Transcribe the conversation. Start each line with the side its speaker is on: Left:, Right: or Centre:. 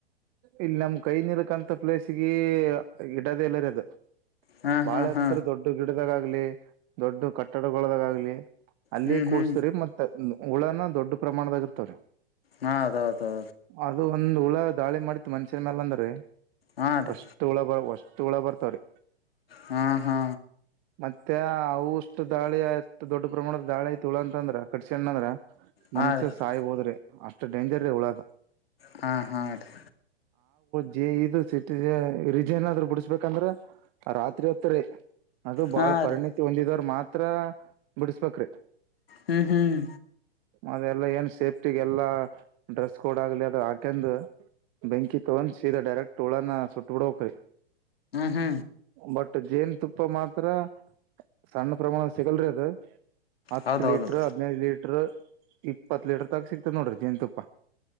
Right: ಇಲ್ಲಿ ನಮ್ ಕೈ ನೀರಕಂತ ಪ್ಲೇಸಿಗಿ ಇಡದ ಇಲ್ಲರಿ ಅದ.
Left: ಹಾಂ
Right: ಬಾಳ
Left: ಹಾಂ ಹಾಂ
Right: ಏತ್ರ ದೊಡ್ಡ ಗಿಡದಾಗ ಆಗ್ಲಿ ದೊಡ್ಡ ಕಟ್ಟಡಗೊಳದಾಗ ಆಗ್ಲಿ. ಅಲ್ಲಿ
Left: ಹ್ಞೂ
Right: ಕೂಡ್ಸ್ತ್ರರಿ
Left: ಹ್ಞೂ
Right: ಮತ್ ಹ್ಮ್ ಹುಳನ ದೊಡ್ಡ ಪ್ರಮಾಣದಾಗ ಇರ್ತವ್ರಿ.
Left: ಹಾ ಅದೌದೌದು.
Right: ಅದು ಒಂದ್ ಹುಳ ದಾಳಿ ಮಾಡಿತ್ತು ಮನುಷ್ಯನ್ ಮ್ಯಾಲ ಅಂದರಿ
Left: ಹೌದು
Right: ವಷ್ಟು ಹುಳ ವ ಒಸ್ಟು ಹುಳ ಬರ್ತಾವ್ರಿ.
Left: ಹಾ ಹಾ
Right: ಮತ್ಯ ಅವುಷ್ಟು ದಾಳಿ ಅಷ್ಟ ದೊಡ್ಡ ಪ್ರಮಾಣದ ದಾಳಿ ಐತ ಹುಳಾ ಅಂತಂದ್ರ. ಕಡ್ಸಣ್ಣ ಅಂದ್ರ
Left: ಹಾಂ
Right: ಮನಷ್ಯ ಸಾಯ್ ಹೋದ್ರಿ ಅಷ್ಟ ಡೇಂಜರ್ ರೀ ಹೂಳಾದ.
Left: ಹಾ ಹಾ ರೀ
Right: ಜೆ ಇದು ಸಿಟಿರೆ ರಿಜೆನ್ ಆದ್ರ ಬುಡುಸಬೇಕಂದ್ರ ರಾತ್ರಿ ಹೊತ್ತರಿ. ಅದು ಬಾಳ್
Left: ಹಾಂ
Right: ಪರಿಣಿತಿ
Left: ರೀ
Right: ಹೊಂದಿದವ್ರ ಮಾತ್ರ ಬಿಡಸ್ಬೇಕ್ರಿ.
Left: ಹ್ಮ್ ಹ್ಮ್
Right: ಅದ ಎಲ್ಲ ಏನ್ ಸೇಫ್ಟಿಗೆ ಎಲ್ಲಾ ಡ್ರೆಸ್ ಕೋಡ್ ಆಗ್ಲಿ ಅದು ಹಾಕಂಡ್. ಬೆಂಕಿ ತೊಗೊಂಡ ಸೀದ ಡೈರೆಕ್ಟ್ ಹುಳಾನ ಸುಟ್ ಬುಡೊಕ್ರಿ.
Left: ಹ್ಞೂ ಹ್ಞೂ
Right: ಬಟ್ ಜೇನ ತುಪ್ಪ ಮಾತ್ರ ಸಣ್ಣ ಪ್ರಮಾಣ ಸಿಗಲ್ರಿ ಅದ ಎ ಹತ್
Left: ಹೌದೌದು
Right: ಲೀಟ್ರ
Left: ರೀ
Right: ಹದ್ನೈದ ಲಿಟ್ರಾ. ಇಪ್ಪತ್ತ ಲೀಟರ್ ತಕ ಸಿಕ್ತದ ನೋಡ್ರಿ ಜೆನ್ ತುಪ್ಪ.